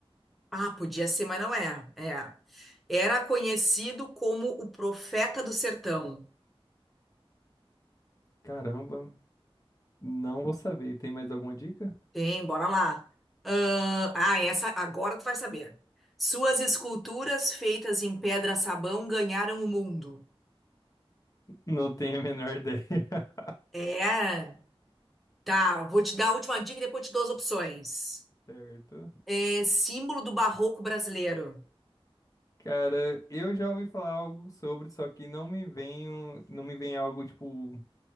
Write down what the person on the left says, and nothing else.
Caramba, não vou saber. Tem mais alguma dica?
Não tenho a menor ideia. <laughs>
Certo.
Cara, eu já ouvi falar algo sobre, só que não me vem, um- não me vem algo tipo